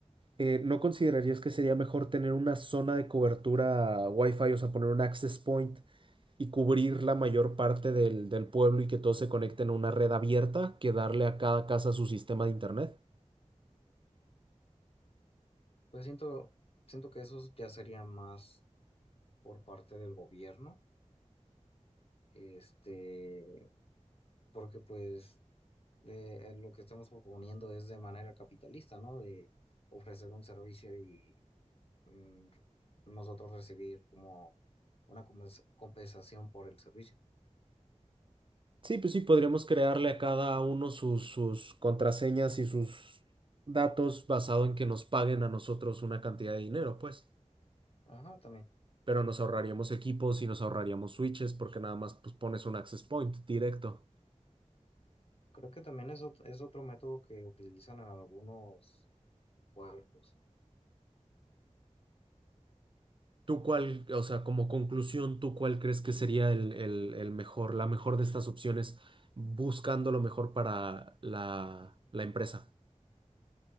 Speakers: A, on the right (about 40°); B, on the left (about 50°).
A: eh, ¿no considerarías que sería mejor tener una zona de cobertura Wi-Fi, o sea, poner un access point? y cubrir la mayor parte del, del pueblo y que todos se conecten a una red abierta que darle a cada casa su sistema de internet.
B: Pues siento, siento que eso ya sería más por parte del gobierno, este, porque pues eh, eh, lo que estamos proponiendo es de manera capitalista, ¿no? De ofrecer un servicio y mm, nosotros recibir como una compens- compensación por el servicio.
A: Sí, pues sí, podríamos crearle a cada uno sus, sus contraseñas y sus datos basado en que nos paguen a nosotros una cantidad de dinero, pues.
B: Ajá, también.
A: Pero nos ahorraríamos equipos y nos ahorraríamos switches porque nada más pues, pones un access point directo.
B: Creo que también es, ot- es otro método que utilizan en algunos pueblos.
A: ¿Tú cuál, o sea, como conclusión, tú cuál crees que sería el, el- el mejor, la mejor de estas opciones, buscando lo mejor para la, la empresa?